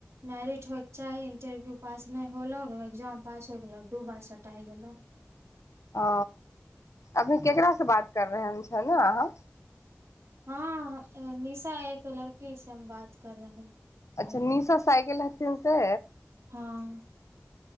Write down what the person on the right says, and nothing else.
मैरिट होयके चाही इन्टरव्यू पास नहि होलौ एग्जाम पास होय गेलौ दू बार सटाय गेलहु
हँ निशा एक लड़की से हम बात कर रहले
वर
हँ